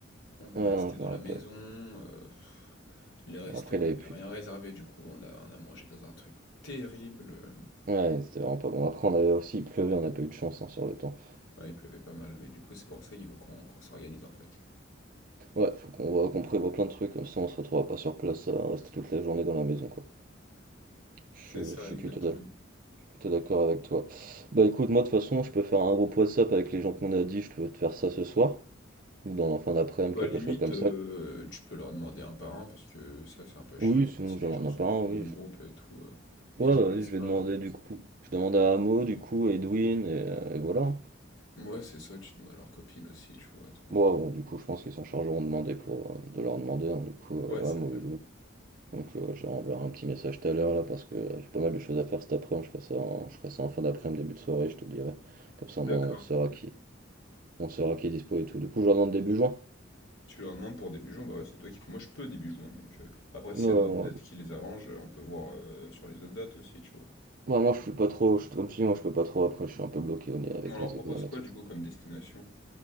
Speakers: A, on the left (about 80°); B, on the right (about 45°).
A: on est resté
B: non, je
A: dans
B: me rappelle.
A: la maison. euh, pff, les restos,
B: Après,
A: on
B: il
A: n'avait
B: avait plus.
A: rien réservé, du coup on a, on a mangé dans un truc terrible. euh.
B: Ouais, c'était vraiment pas bon. Après, on avait aussi, il pleuvait, on n'a pas eu de chance hein, sur le temps.
A: Ouais, il pleuvait pas mal, mais du coup c'est pour ça qu'il faut qu'on qu'on s'organise en fait.
B: Ouais, faut qu'on voit, qu'on prévoit plein de trucs, comme ça on se retrouvera pas sur place euh, à rester toute la journée dans la maison, quoi. Je,
A: C'est
B: suis
A: ça
B: je suis
A: exactement.
B: plutôt d'ac- plutôt d'accord avec toi. Bah écoute, moi de toute façon, je peux faire un groupe WhatsApp avec les gens qu'on a dit, je peux te faire ça ce soir, ou dans la fin d'après-midi,
A: Bah
B: quelque
A: limite,
B: chose comme
A: euh,
B: ça.
A: tu peux leur demander un par un parce que ça c'est un peu chiant
B: Oui,
A: si
B: sinon
A: si
B: je
A: les
B: demande
A: gens se
B: un par
A: retrouvent
B: un,
A: dans
B: oui.
A: le
B: Je...
A: groupe et tout euh, et
B: Ouais,
A: qu'ils
B: bah,
A: puissent
B: oui, je
A: pas.
B: vais demander du coup. Je demande à Amo, du coup, Edwin, et, euh, et voilà.
A: Moi c'est ça, tu demandes à leur copine aussi, tu vois, tranquille.
B: Moi, bon, du coup, je pense qu'ils sont chargés de demander pour euh, de leur demander, hein, du coup, euh,
A: Ouais, c'est
B: Amo
A: vrai.
B: et Edwin. Donc euh, ouais, je leur enverrai un petit message tout à l'heure là parce que euh, j'ai pas mal de choses à faire cet après-midi. Je ferai ça en, je ferai ça en fin d'après-midi, début de soirée, je te dirai. Comme ça, au
A: D'accord.
B: moins, on saura qui, on saura qui est dispo et tout. Du coup, je leur demande début juin.
A: Tu leur demandes pour début juin, bah ouais, c'est toi qui... Moi je peux début juin, donc euh, après s'il
B: Ouais, ouais.
A: y
B: Ouais,
A: a d'autres dates qui les arrangent, euh, on peut voir euh, sur les autres dates aussi, tu vois.
B: Bah, moi, je suis pas trop, je, comme si moi, je peux pas trop. Après, je suis un peu bloqué au niveau avec
A: Mais on leur
B: mes
A: propose
B: examens,
A: quoi
B: etc.
A: du coup comme destination?